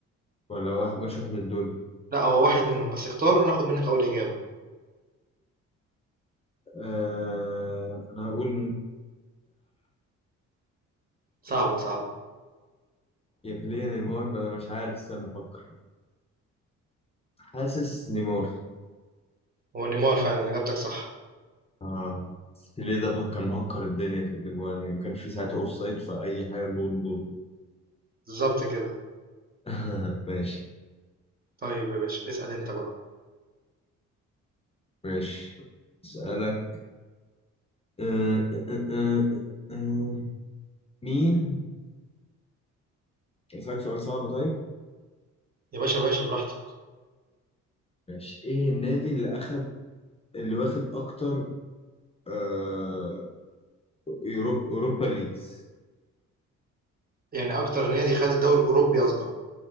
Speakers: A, on the left; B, on the right.
A: ولا واحد مش واحد من دول
B: لا هو واحد منهم بس اختار وناخد منك اول اجابه
A: آه أنا هقول
B: صعبه صعبه
A: يا بيليه يا نيمار ما انا مش عارف استنى افكر حاسس نيمار
B: هو نيمار فعلا اجابتك صح
A: اه بس بيليه ده مهكر مهكر الدنيا في الاجوان يعني ما كانش في ساعتها اوف سايد في اي حاجه جول جول جول.
B: بالظبط كده
A: <laughs> ماشي
B: طيب يا باشا اسال انت بقى
A: ماشي اسالك أه، أه، أه، أه، آه، مين اسالك سؤال صعب طيب
B: يا باشا يا باشا براحتك
A: ماشي ايه النادي اللي اخد اللي واخد اكتر آه... يوروب... اوروبا ليجز
B: يعني اكتر نادي خد الدوري الاوروبي قصدك